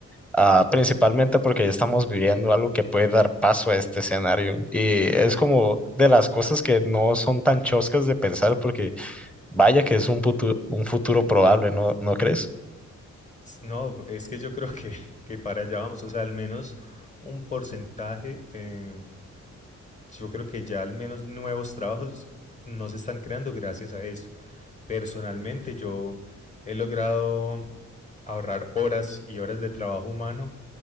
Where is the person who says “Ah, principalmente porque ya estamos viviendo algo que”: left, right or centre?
Centre